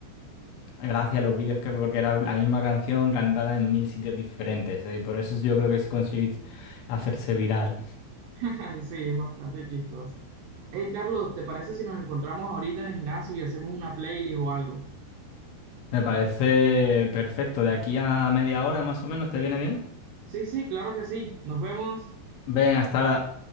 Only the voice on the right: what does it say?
<laughs> Sí, es bastante chistoso. Hey, Carlos, ¿te parece si nos encontramos ahorita en el gimnasio y hacemos una playlist o algo?
Sí, sí, claro que sí. Nos vemos.